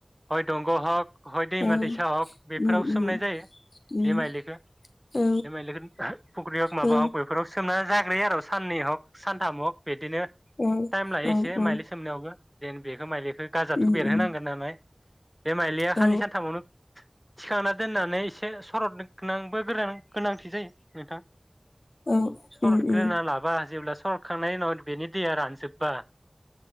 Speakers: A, in the centre; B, on the left.
A: हय दंग' हक हय दैमा
B: औ
A: दैसा हक बेफोराव
B: उम
A: सोमनाय
B: उम
A: जायो
B: उम
A: बे माइलिखो
B: औ
A: बे माइलिखो फुख्रि हग माबा
B: औ
A: हक बेफोराव सोमना <unintelligible> आरो साननै हक सानथाम हग बेदिनो
B: औ
A: टाइम लायो
B: औ
A: एसे
B: औ
A: माइलि सोमनायावबो देन बेखौ माइलिखो थ'
B: उम
A: बेरहोनांगोन
B: उम
A: नालाय। बे माइलिया
B: औ
A: खाननै सानथामावनो थिखांना दोननानै एसे सरदनांबो गोनांथि जायो । नोंथां
B: औ
A: सरतग्रोना
B: उम उम
A: लाबा जेब्ला सरतखांनायनि उनाव बेनि दैया रानजोबबा